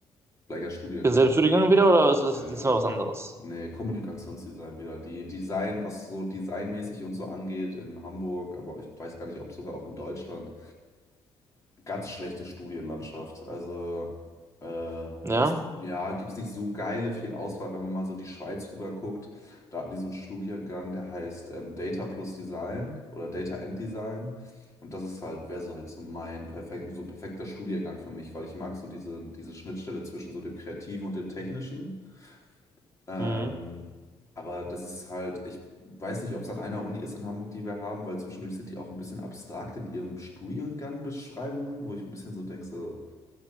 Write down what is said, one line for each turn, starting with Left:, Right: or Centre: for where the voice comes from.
Left: gleicher Studiengang.
Right: Bin selben Studiengang wieder oder ist das
Left: Ja,
Right: diesmal
Left: ja.
Right: was anderes?
Left: Nee, Kommunikationsdesign wieder. Die Design, was so designmäßig und so angeht in Hamburg, aber ich weiß gar nicht, ob sogar auch in Deutschland ganz schlechte Studienlandschaft. Also äh,
Right: Ja?
Left: gibt's, ja, gibt's nicht so geile viel Auswahl, wenn man mal so die Schweiz rüber guckt. Da hatten die so einen Studiengang, der heißt ähm, Data plus Design oder Data and Design. Und das ist halt, wäre so halt so mein perfekt, so ein perfekter Studiengang für mich, weil ich mag so diese, diese Schnittstelle zwischen so dem Kreativen und dem Technischen. Ähm,
Right: Mhm.
Left: aber das ist halt, ich weiß nicht, ob es an einer Uni ist in Hamburg, die wir haben, weil zwischendurch sind die auch ein bisschen abstrakt in ihrem Studiengang Beschreibungen, wo ich ein bisschen so denke, so,